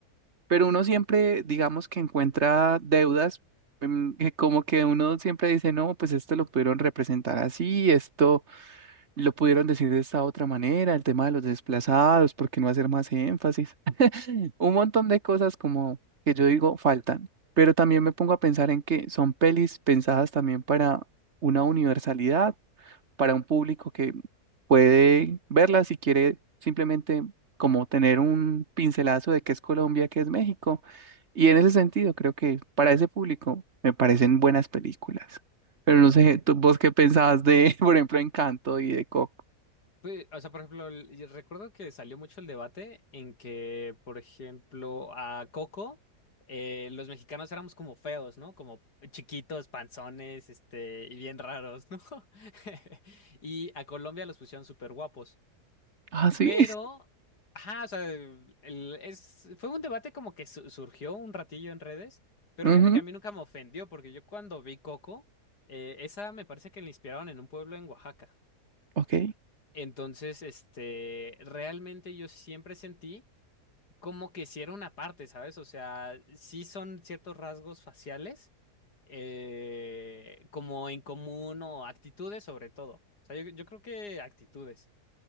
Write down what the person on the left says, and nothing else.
Pues, o sea, por ejemplo, el- yo recuerdo que salió mucho el debate en que, por ejemplo, a Coco, eh, los mexicanos éramos como feos, ¿no? Como chiquitos, panzones, este, y bien raros, ¿no? <laughs> Y a Colombia los pusieron súper guapos.
Pero, ajá, o sea, el- es, fue un debate como que su- surgió un ratillo en redes, pero
fíjate que a mí nunca me ofendió, porque yo cuando vi Coco, eh, esa me parece que la inspiraron en un pueblo en Oaxaca.
Entonces, este, realmente yo siempre sentí como que si era una parte, ¿sabes? O sea, sí son ciertos rasgos faciales, eh, como en común o actitudes sobre todo. O sea, yo yo creo que actitudes.